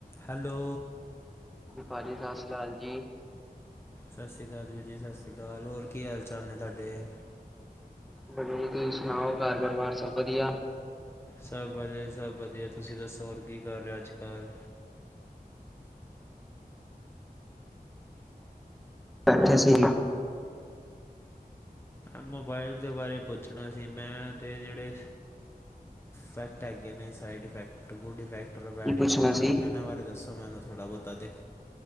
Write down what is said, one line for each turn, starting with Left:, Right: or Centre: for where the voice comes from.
Left: Hello.
Centre: ਭਾਜੀ, ਸਤਿ ਸ੍ਰੀ ਅਕਾਲ ਜੀ।
Left: ਸਤਿ ਸ੍ਰੀ ਅਕਾਲ ਵੀਰ ਜੀ ਸਤਿ ਸ੍ਰੀ ਅਕਾਲ ਹੋਰ ਕੀ ਹਾਲ ਚਾਲ ਨੇ ਤੂਆਡੇ?
Centre: ਵਧੀਆ ਜੀ, ਤੁਸੀ ਸੁਨਾਓ ਘਰ ਪਰਿਵਾਰ ਸਬ ਵਧੀਆ?
Left: ਸਬ ਵਧੀਆ ਸਭ ਵਧੀਆ, ਤੁਸੀ ਦੱਸੋ ਹੋਰ ਕੀ ਕਰ ਰਹੇ ਓ ਅੱਜ ਕੱਲ?
Centre: ਬੈਠੇ ਸੀ।
Left: ਮੋਬਾਇਲ ਦੇ ਬਾਰੇ ਪੁੱਛਣਾ ਸੀ ਮੈਂ ਤੇ ਜੇੜੇ ਫੈਕਟ ਹੈਗੇ ਨੇ, ਸਾਈਡ ਇਫੈਕਟ ਗੁੱਡ ਇਫੈਕਟ ਔਰ ਬੈਡ
Centre: ਪੁੱਛਣਾ
Left: ਇਫੈਕਟੇ,
Centre: ਸੀ
Left: ਏਨਾਂ ਬਾਰੇ ਦੱਸੋ ਮੈਨੂੰ ਥੋੜ੍ਹਾ ਬਹੁਤਾ ਤੇ?